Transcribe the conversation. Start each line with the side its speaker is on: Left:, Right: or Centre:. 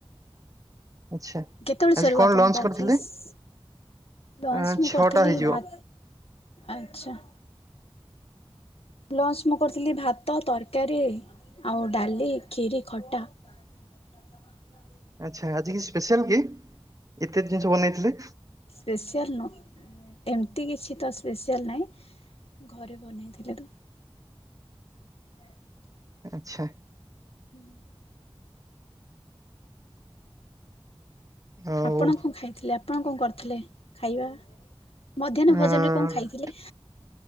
Right: ଆଚ୍ଛା।
Left: କେତେବେଳେ
Right: ଆଜି
Left: ସରିବ
Right: କଣ
Left: ଆପଣଙ୍କ
Right: ଲଞ୍ଚ କରିଥିଲେ?
Left: ଅଫିସ? ଲଞ୍ଚ
Right: ଅଁ,
Left: ମୁଁ
Right: ଛଅଟା
Left: କରିଥିଲି
Right: ହେଇଯିବ।
Left: ଭା- ଆଛା। ଲଞ୍ଚ ମୁଁ କରିଥିଲି ଭାତ, ତରକାରୀ ଆଉ ଡାଲି, ଖିରି ଖଟା। <unintelligible>
Right: ଆଛା, ଆଜି କିଛି ସ୍ପେଶାଲ କି, ଏତେ ଜିନିଷ ବନେଇଥିଲେ?
Left: ସ୍ପେସିଆଲ ନୁହ, ଏମିତି କିଛି ତ ସ୍ପେସିଆଲ ନାହିଁ, ଘରେ ବନେଇଥିଲେ ତ। <unintelligible>
Right: ଆଛା।
Left: ହୁଁ।
Right: ଆଉ
Left: ଆପଣ କଣ ଖାଇଥିଲେ, ଆପଣ କଣ କରିଥିଲେ ଖାଇବା? ମଧ୍ୟାହ୍ନ
Right: ଅଁ,
Left: ଭୋଜନ ରେ କଣ ଖାଇଥିଲେ?